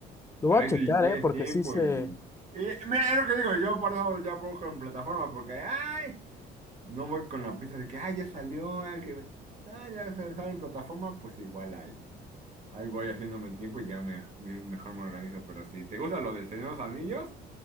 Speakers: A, on the left (about 15°); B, on the right (about 45°).
A: lo
B: Ahí
A: voy a checar,
B: sí tienes
A: ¿eh? Porque
B: tiempo
A: sí se
B: y, y mira, es lo que digo, yo por eso ya busco en plataformas, porque, ay, no voy con la prisa de que, ay, ya salió, ay, que, ay, ya sale en plataforma, pues igual hay. Ahí voy haciéndome el tiempo y ya me, me- mejor me organizo. Pero si te gusta lo del Señor de los Anillos,